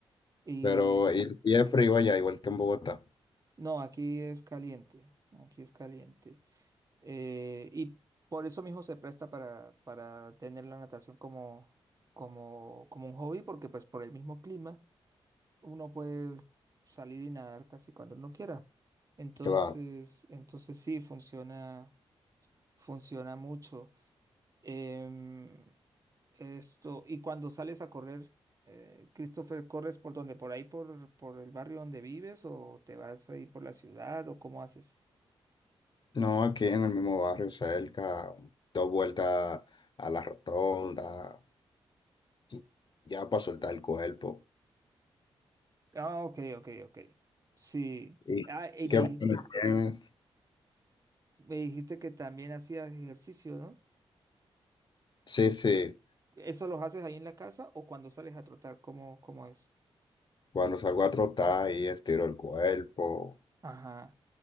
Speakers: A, on the right; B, on the left.
A: Y
B: Pero, y, y es frío allá, igual que en Bogotá.
A: no, aquí es caliente, aquí es caliente. Eh, y por eso mismo se presta para, para tener la natación como, como, como un hobby, porque pues por el mismo clima uno puede salir y nadar casi cuando uno quiera. Entonces,
B: Claro.
A: entonces sí, funciona, funciona mucho. Em, esto, y cuando sales a correr, eh, Christopher, ¿corres por dónde? ¿Por ahí por, por el barrio donde vives o te vas ahí por la ciudad o cómo haces?
B: No, aquí en el mismo barrio, cerca, dos vueltas a la rotonda, y ya para soltar el cuerpo.
A: Ah, ok, ok, ok. Sí.
B: Sí.
A: Ah, y me,
B: ¿Qué planes
A: dij-
B: tienes?
A: me dijiste que también hacías ejercicio, ¿no?
B: Sí, sí,
A: ¿Eso los haces ahí en la casa o cuando sales a trotar? ¿Cómo, cómo es?
B: cuando salgo a trotar y estiro el cuerpo,
A: Ajá.